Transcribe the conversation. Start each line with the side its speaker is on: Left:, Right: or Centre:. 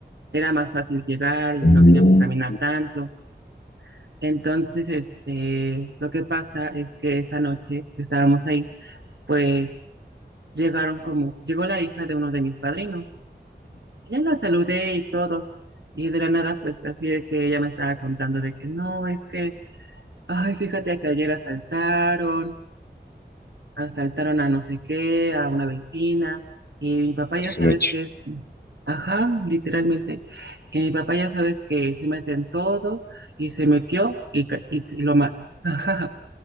Right: era más fácil llegar y
Left: Ujú.
Right: no teníamos que caminar tanto. Entonces, este, lo que pasa es que esa noche que estábamos ahí, pues llegaron como, llegó la hija de uno de mis padrinos. Y Ya la saludé y todo. Y de la nada, pues así de que ella me estaba contando de que no, es que, ay, fíjate que ayer asaltaron, asaltaron a no sé qué, a una vecina. Y mi papá
Left: A
Right: ya
Left: su
Right: sabes
Left: mecha.
Right: que es, ajá, literalmente. Y mi papá ya sabes que se mete en todo y se metió y, ca- y y lo mata. <laughs>